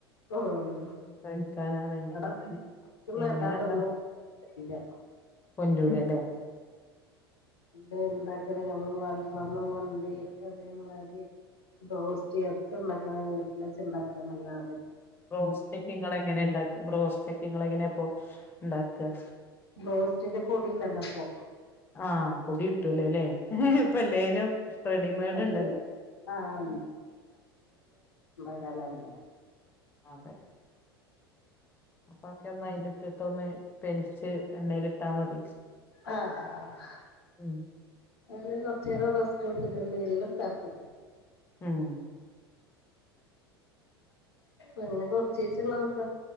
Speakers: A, on the left; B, on the left.
A: ഓഹ്
B: കഴിക്കാനാണെങ്കിലും
A: എട ഇന്നാതൊന്നും
B: എങ്ങനെ ഉണ്ടാ
A: ല്ല
B: കൊണ്ടൂലല്ലേ
A: ഇണ്ടാക്കണിൽ ഞമ്മള് മന്തി അതേമാരി ബ്രോസ്റ്റ് ഒക്കെ ഇണ്ടാക്കാണെങ്കി വീട്ടിൽ വെച്ച് ഇണ്ടാക്ക നല്ലത്
B: ബ്രോസ്റ്റൊക്കെങ്ങളെങ്ങനെ ഇണ്ടാക്ക ബ്രോസ്റ്റൊക്കെങ്ങളെ ങ്ങനപ്പൊ ഇണ്ടാക്ക
A: ബോസ്റ്റിന്റെ പൊടി ഇണ്ടല്ലൊപ്പൊ
B: ആഹ് പൊടി കിട്ടൂലലെ ഇപ്പെ ല്ലേലും റെഡിമെയ്ഡ്
A: നല്ല
B: ഇണ്ടല്ലോ
A: ആഹ് ളാലല്ല
B: മാതെ ഓക്കെ ന്നയില് ഇതൊന്ന് പെനിച്ച് എണ്ണേലിട്ടാ മതി
A: ആഹ് ആഹ്
B: ഉം
A: അതിന് കൊറച്ചേരം റസ്റ്റ് കൊടുതി ട്ട്ണ്ട് എല്ലാം താക്കും
B: ഉം
A: അപങ്ങനെ കൊറച്ചീച്ചള്ളതൊക്ക